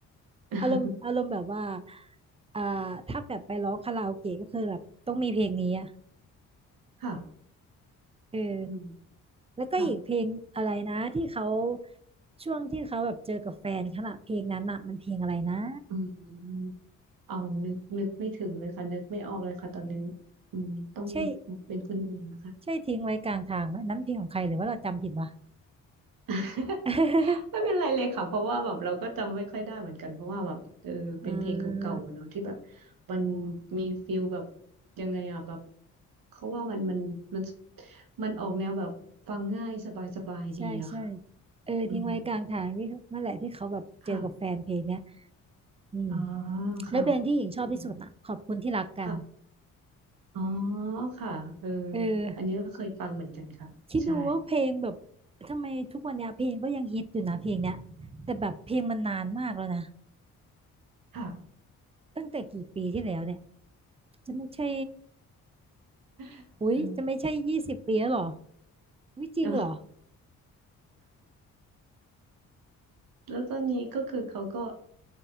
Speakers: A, on the right; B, on the right.
A: <laughs>
B: อารมณ์อารมณ์แบบว่าอ่าถ้าแบบไปร้องคาราโอเกะก็คือแบบต้องมีเพลงนี้อ่ะ
A: ค่ะ
B: เออ
A: อืม
B: แล้วก็อีกเพลงอะไรนะที่เขา
A: ค่ะ
B: ช่วงที่เขาแบบเจอกับแฟนขณะเพลงนั้นน่ะมันเพลงอะไรนะ
A: อืมเอานึกนึกไม่ถึงเลยค่ะนึกไม่ออกเลยค่ะตอนนี้อืมต้อง
B: ใช่
A: เป็นคุณหญิงนะคะ
B: ใช่ทิ้งไว้กลางทางไหมนั้นเพลงของใครหรือว่าเราจำผิดวะ
A: <laughs>
B: <laughs>
A: ไม่เป็นไรเลยค่ะเพราะว่าแบบเราก็จำไม่ค่อยได้เหมือนกันเพราะว่าแบบเออเป็นเพลงเก่าๆเนอะที่แบบ
B: อ่า
A: มันมีฟิลแบบยังไงอ่ะแบบเขาว่ามันมันมันมันออกแนวแบบฟังง่ายสบายสบายดีอะค่ะ
B: ใช่ใช่เออทิ้งไว้กลางทางที่นั่นแหละที่เขาแบบเจอกับแฟนเพลงเนี้ย
A: อืมค่ะ
B: อืม
A: อ๋อค่ะ
B: แล้วเพลงที่หญิงชอบที่สุดอ่ะขอบคุณที่รักกัน
A: อืมค่ะอ๋อค่ะเออ
B: เออ
A: อันนี้ก็เคยฟังเหมือนกันค่ะใช่
B: คิดดูว่าเพลงแบบทำไมทุกวันเนี้ยเพลงก็ยังฮิตอยู่นะเพลงเนี้ยแต่แบบเพลงมันนานมากแล้วนะ
A: ค่ะ
B: ตั้งแต่กี่ปีที่แล้วเนี่ยจะไม่ใช่
A: <laughs>
B: อุ๊ยจะไม่ใช่ยี่สิบปีแล้วเหรอวิจริงเหรอ
A: เนอะ แล้วตอนนี้ก็คือเขาก็